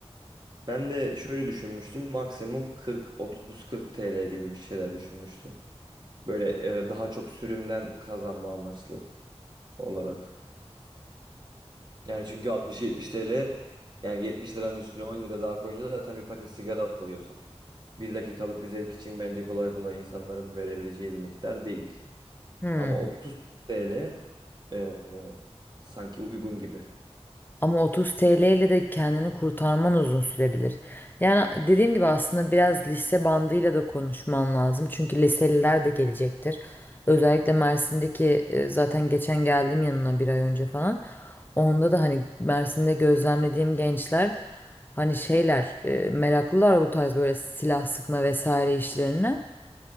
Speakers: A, on the right (about 40°); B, on the left (about 20°).
A: Ben de şöyle düşünmüştüm. Maksimum 40 30 40 TL gibi bir şeyler düşünmüştüm. Böyle e, daha çok sürümden kazanma amaçlı olarak. Yani çünkü 60 70 TL yani 70 liranın üstüne 10 lira daha koyunca da zaten bir paket sigara alıyorsun. Bir dakikalık bir zevk için bence kolay kolay insanların verebileceği bir miktar değil.
B: Hmm.
A: Ama 30 TL e, sanki uygun gibi.
B: Ama 30 TL ile de kendini kurtarman uzun sürebilir. Yani dediğim gibi aslında biraz lise bandıyla da konuşman lazım. Çünkü liseliler de gelecektir. Özellikle Mersin'deki e, zaten geçen geldim yanına bir ay önce falan. Onda da hani Mersin'de gözlemlediğim gençler hani şeyler e, meraklılar bu tarz böyle silah sıkma vesaire işlerine.